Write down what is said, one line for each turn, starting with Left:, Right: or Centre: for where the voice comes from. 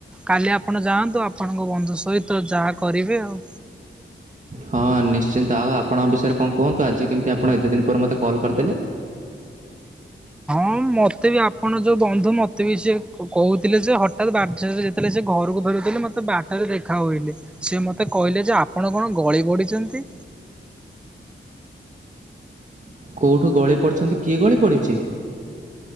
Centre: କାଲି ଆପଣ ଯାଆନ୍ତୁ ଆପଣଙ୍କ ବନ୍ଧୁ ସହିତ ଯାହା କରିବେ ଆଉ।
Right: ହଁ ନିଶ୍ଚିନ୍ତ ଆଉ ଆପଣଙ୍କ ବିଷୟରେ କଣ କୁହନ୍ତୁ? ଆଜି କେମିତି ଆପଣ ଏତେ ଦିନ ପରେ ମୋତେ କଲ୍ କରିଦେଲେ।।
Centre: ହଁ ମୋତେ ବି ଆପଣ ଯେଉଁ ବନ୍ଧୁ ମୋତେ ବି ସେି କହୁଥିଲେ। ଯେ ହଠାତ୍ ବାଟରେ ଯେତେଳେ ସେ ଘରକୁ ଫେରୁଥିଲେ ଥିଲେ ମୋ ତେ ବାଟରେ ଦେଖା ହୋଇଲି ସେ ମତେ କହିଲେ ଯେ ଆପଣ କଣ ଗଳି ପଡ଼ିଛନ୍ତି?
Right: କୋଉଠୁ ଗଳି ପଡ଼ିଛନ୍ତି କିଏ ଗଳି ପଡ଼ିଛି?